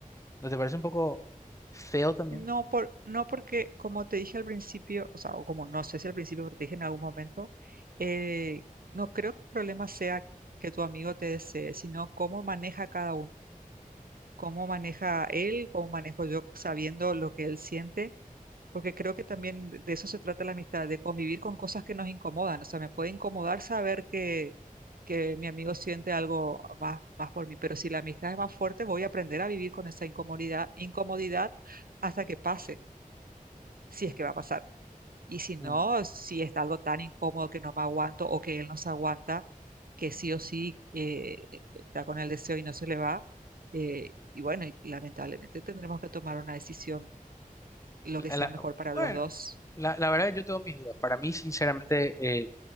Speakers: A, on the left (about 20°); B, on the right (about 80°).
A: ¿No te parece un poco feo también?
B: No, por, no porque, como te dije al principio, o sea, o como no sé si al principio, porque te dije en algún momento, eh, no creo que el problema sea que tu amigo te desee, sino cómo maneja cada uno, cómo maneja él, cómo manejo yo sabiendo lo que él siente Porque creo que también de eso se trata la amistad, de convivir con cosas que nos incomodan. O sea, me puede incomodar saber que, que mi amigo siente algo más, más por mí, pero si la amistad es más fuerte, voy a aprender a vivir con esa incomodidad, incomodidad hasta que pase, si es que va a pasar. Y si no,
A: Mm.
B: si está algo tan incómodo que no me aguanto o que él no se aguanta, que sí o sí eh, e, e, está con el deseo y no se le va, eh, y bueno, y lamentablemente tendremos que tomar una decisión, lo
A: La-
B: que sea
A: la-
B: mejor para
A: bueno,
B: los dos.
A: la, la verdad yo tengo mis dudas. Para mí, sinceramente, eh,